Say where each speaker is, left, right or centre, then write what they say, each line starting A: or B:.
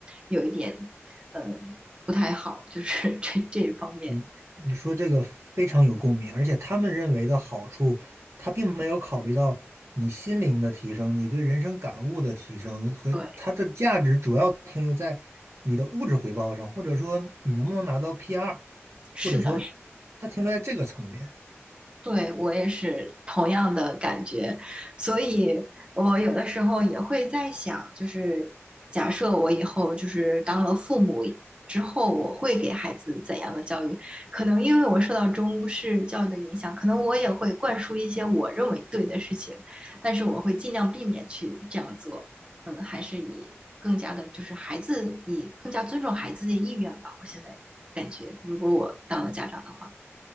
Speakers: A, on the right (about 20°); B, on the right (about 70°).
A: 有一点，嗯、不太好，就是 <laughs> 这这一方面。
B: 嗯，你说这个非常有共鸣，而且他们认为的好处，他并没有考虑到你心灵的提升、你对人生感悟的提升和它的价值主要停留在你的物质回报上，
A: 对，
B: 或者说你能不能拿到 p 二，
A: 是的，
B: 或者说它停留在这个层面。
A: 对，我也是同样的感觉，所以我有的时候也会在想，就是假设我以后就是当了父母之后，我会给孩子怎样的教育？可能因为我受到中式教育的影响，可能我也会灌输一些我认为对的事情，但是我会尽量避免去这样做。嗯，还是以更加的，就是孩子以更加尊重孩子的意愿吧。我现在感觉，如果我当了家长的话，